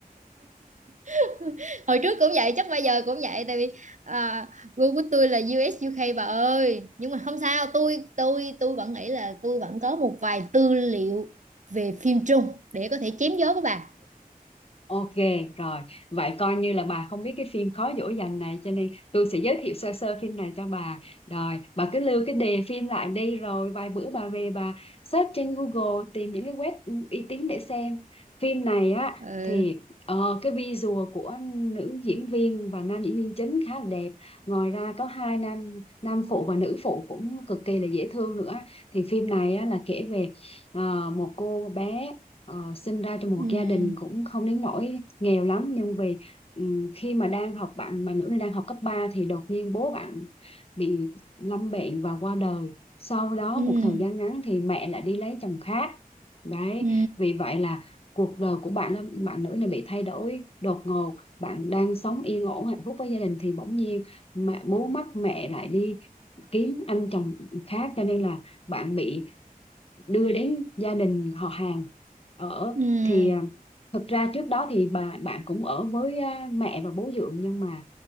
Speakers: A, on the right (about 55°); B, on the left (about 40°).
A: <laughs> Hồi trước cũng vậy, chắc bây giờ cũng vậy tại vì à, gu của tôi là U.S. u UK bà ơi. Nhưng mà không sao, tôi tôi tôi vẫn nghĩ là tôi vẫn có một vài tư liệu về phim Trung để có thể chém gió với bà.
B: Ok rồi, vậy coi như là bà không biết cái phim Khó dỗ dành này cho nên tôi sẽ giới thiệu sơ sơ phim này cho bà. Rồi, bà cứ lưu cái đề phim lại đi rồi vài bữa bà về bà search trên Google tìm những cái web uy tín để xem. Phim này á
A: Ừ.
B: thì ờ, cái visual của nữ diễn viên và nam diễn viên chính khá là đẹp. Ngoài ra có hai nam nam phụ và nữ phụ cũng cực kỳ là dễ thương nữa. Thì phim này á là kể về ờ, một cô bé ờ, sinh ra trong một
A: ừ,
B: gia đình cũng không đến nỗi nghèo lắm nhưng vì ừm, khi mà đang học bạn bạn nữ này đang học cấp 3 thì đột nhiên bố bạn bị lâm bệnh và qua đời sau đó
A: ừ,
B: một thời gian ngắn thì mẹ lại đi lấy chồng khác đấy
A: ừ,
B: vì vậy là cuộc đời của bạn bạn nữ này bị thay đổi đột ngột bạn đang sống yên ổn hạnh phúc với gia đình thì bỗng nhiên mẹ bố mất mẹ lại đi kiếm anh chồng khác cho nên là bạn bị đưa đến gia đình họ hàng ở
A: ừm,
B: thì à, thật ra trước đó thì bà bạn cũng ở với à, mẹ và bố dượng nhưng mà